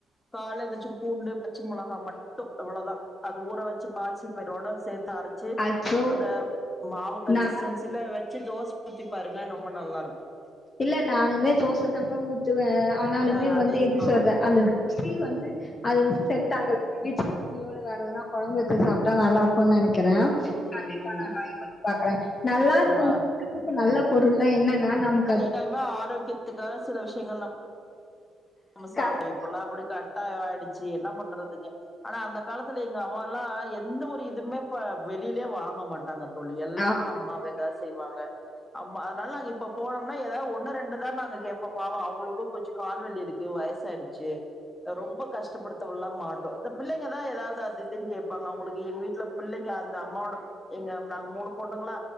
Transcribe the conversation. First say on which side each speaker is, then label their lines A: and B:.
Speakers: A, on the left; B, on the left.
A: காலையில எந்துருச்சு பூண்டு பச்சை மிளகா மட்டு இவ்வளதா அத ஊற வச்சு பச்சி பயிரோட சேர்த்து அரை ச்சு
B: அச்சோ
A: அத மாவு கன்சிஸ்டன்சில
B: நா
A: வச்சு தோசை ஊத்தி பாருங்க ரொம்ப நல்லா இருக்கும்
B: இல்ல நானுமே தோசை தாங்க ஊ த்துவே ஆனாலுமே
A: ஆ அதே
B: வந்து
A: சாப்ட
B: எப்புடி சொல்றது அந்த ருசி வந்து அது வந்து செட் ஆகல சட்னியோட வேற ஏதனா குழம்பு வச்சு சாப் டா நல்லா இருக்கும்னு நினைக்கிறே
A: ம்
B: கண்டிப்பா
A: ம்
B: நா ட்ரை பண்ணி பாக்குறே நல்லா இருக்கு
A: நா
B: நல்ல பொருள் தா என்ன என்னா நமக்
A: இந்த தடவ ஆரோக்கியத்துக்கா சில விஷயங்கள் நம் நம்ம சாப்பிட
B: கரெக்ட்
A: இப்ப எல்லா அப்புடி கட்டாய ஆயிடுச்சு என்ன பண்றதுங்க ஆனா அந்த காலத்துல எங்க அம்மா எல்லா எந்த ஒரு இதுமே இப்ப வெளியிலயே வாங்க மாட்டாங்க தோழி எல்லாமே
B: ஆ
A: அம்மாவே தா செய்வாங்க அம் மா அதனால நாங்க இப்ப போனோம்னா ஏதாவது ஒன்னு ரெண்டு தா நாங்க கேட்பே அ அவுங்களுக்கு கால்வலி இரு க்குது வயசாயிடுச்சு ரொம்ப கஷ்டப்படுத்தவல்லா மாட்டோ இந்த பிள்ளைங்கதா ஏதாவது அதித்தின்னு கேட்பாங்க அவுங்களுக்கு எங்க வீட்டுல பிள்ளைங்க அந்த அம்மாவோட இங்க நாங்க மூணு பொண்ணுங்களா